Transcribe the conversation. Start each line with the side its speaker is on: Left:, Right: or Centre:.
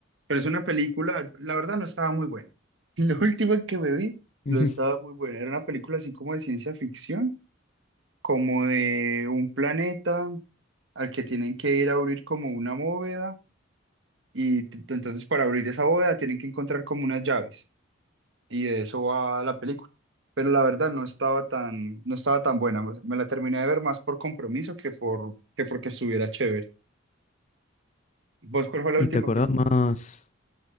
Right: pero es una película, la verdad no estaba muy buena. <laughs> La última que me vi
Left: <laughs>
Right: no
Left: Ujú.
Right: estaba muy buena, era una película así como de ciencia ficción, como de un planeta. al que tienen que ir a abrir como una bóveda y t- entonces para abrir esa bóveda tienen que encontrar como unas llaves y de eso va la película. Pero la verdad no estaba tan, no estaba tan buena. Me me la terminé de ver más por compromiso que por, que porque estuviera chévere. ¿Vos cuál fue la
Left: ¿Y
Right: última
Left: te acordás
Right: película?
Left: más,